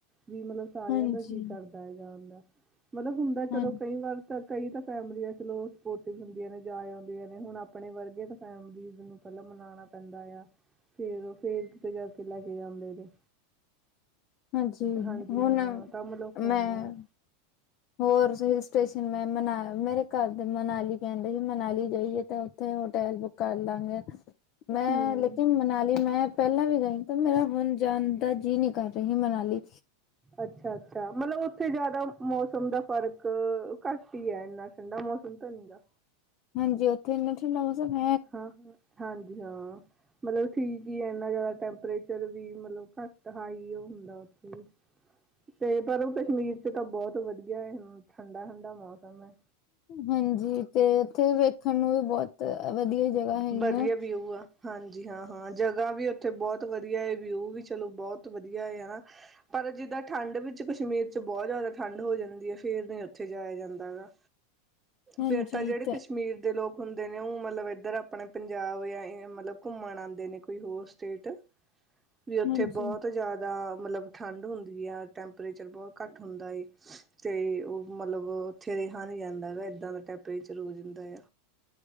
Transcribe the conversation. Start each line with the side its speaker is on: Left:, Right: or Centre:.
Right: ਵੀ ਮਤਲਬ। ਸਾਰਿਆਂ
Left: ਹਾਂਜੀ
Right: ਦਾ ਜੀ ਕਰਦਾ ਹੈ ਜਾਣ ਦਾ'ਮਤਲਬ ਹੁੰਦਾ
Left: ਹਾਂ
Right: ਚਲੋ ਕਈ ਵਾਰ। ਤਾਂ ਕਈ ਤਾਂ ਫੈਮਲੀੀਆਂ ਚਲੋ ਸਪੋਰਟਿਵ ਹੁੰਦੀਆਂ ਨੇ ਜਾਏ ਆਉਂਦੀਆਂ ਨੇ ਹੁਣ। ਆਪਣੇ ਵਰਗੇ ਤੇ ਫੈਮਲੀਜ਼ ਨੂੰ ਪਹਿਲਾਂ ਮਨਾਣਾ ਪੈਂਦਾ ਆ। ਫੇਰ ਉਹ ਫੇਰ ਕਿਤੇ ਜਾਕੇ ਲੈ ਕੇ ਜਾਂਦੇ ਜੇ।
Left: ਹਾਂਜੀ
Right: ਹਾਂਜੀ
Left: ਹੁਣ
Right: ਹਾਂ ਕੰਮ ਲੋਕ ਆਂਦਾ
Left: ਮੈਂ
Right: ਐ।
Left: ਹੋਰ ਹਿਲ ਸਟੇਸ਼ਨ ਮੈਂ ਮਨਾ ਮੇਰੇ ਘਰ ਦੇ ਮਨਾਲੀ ਕਹਿੰਦੇ ਸੀ ਮਨਾਲੀ ਜਾਈਏ ਤਾਂ ਉੱਥੇ ਹੋਟਲ ਬੁੱਕ ਕਰ ਲਾਂਗੇ ਮੈਂ
Right: ਹੂੰ
Left: ਲ ਤੇ ਮਨਾਲੀ ਮੈਂ ਪਹਿਲਾਂ ਵੀ ਗਈ ਤੇ ਮੇਰਾ ਹੁਣ ਜਾਣਦਾ ਜੀਅ ਨੀ ਕਰ ਰਹੀ ਮਨਾਲ
Right: ਅੱਛਾ, ਅੱਛਾ ਮਤਲਬ ਉੱਥੇ ਜਿਆਦਾ ਮੌਸਮ ਦਾ ਫ਼ਰਕ ਘੱਟ ਈ ਹੈ ਇੰਨਾ ਠੰਡਾ ਮੌਸਮ ਤਾਂ ਨਹੀਂ ਗਾ
Left: ਹਾਂਜੀ ਉੱਥੇ <unintelligible> <unintelligible>
Right: ਹਾਂ ਹਾਂਜੀ ਹਾਂ, ਮਤਲਬ ਠੀਕ ਈ ਐ। ਇੰਨਾ ਜ਼ਿਆਦਾ ਟੈਂਪਰੇਚਰ ਵੀ ਮਤਲਬ ਘੱਟ ਹਾਈ ਉਹ ਹੁੰਦਾ ਉੱਥੇ ਵੀ ਤੇ ਪਰ ਉਹ ਕਸ਼ਮੀਰ ਚ ਤਾਂ ਬਹੁਤ ਵਧੀਆ ਠੰਡਾ, ਠੰਢਾ ਮੌਸਮ ਐ।
Left: ਹਾਂਜੀ, ਤੇ ਉੱਥੇ ਵੇਖਣ ਨੂੰ ਵੀ ਬਹੁਤ ਵਧੀਆ ਜਗ੍ਹਾ ਹੈਗੀੀਆਂ।
Right: ਵਧੀਆ ਵਿਊ ਆ ਹਾਂਜੀ ਹਾਂ, ਹਾਂ ਜਗ੍ਹਾ ਵੀ ਉੱਥੇ ਬਹੁਤ ਵਧੀਆ ਏ ਵਿਊ ਵੀ ਚਲੋ ਬਹੁਤ ਵਧੀਆ ਐ ਹਨਾ। ਪਰ ਜਿੱਦਾਂ ਠੰਡ ਵਿੱਚ ਕਸ਼ਮੀਰ ਚ ਬਹੁਤ ਜ਼ਿਆਦਾ ਠੰਡ ਹੋ ਜਾਂਦੀ ਏ। ਫਿਰ ਨਹੀਂ ਉੱਥੇ ਜਾਇਆ ਜਾਂਦਾ ਹੈਗਾ।
Left: ਹਾਂਜੀ
Right: ਫੇਰ ਤਾਂ ਜਿਹੜੇ
Left: ਤੇ
Right: ਕਸ਼ਮੀਰ ਦੇ ਲੋਕ ਹੁੰਦੇ ਨੇ ਉਹ ਮਤਲਬ ਇੱਧਰ ਆਪਣੇ ਪੰਜਾਬ ਜਾਂ ਮਤਲਬ ਘੁੰਮਣ ਆਉਂਦੇ ਨੇ ਕੋਈ ਹੋਰ ਸਟੇਟ। ਵੀ ਉੱਥੇ
Left: ਹਾਂਜੀ।
Right: ਬਹੁਤ ਜ਼ਿਆਦਾ ਮਤਲਬ ਠੰਡ ਹੁੰਦੀ ਆ ਟੈਂਪਰੇਚਰ ਬਹੁਤ ਘੱਟ ਹੁੰਦਾ ਏ। ਤੇ ਉਹ ਮਤਲਬ ਉੱਥੇ ਰਿਹਾ ਨਹੀਂ ਜਾਂਦਾ ਏ ਇਦਾਂ ਦਾ ਟੈਂਪਰੇਚਰ ਹੋ ਜਾਂਦਾ ਆ।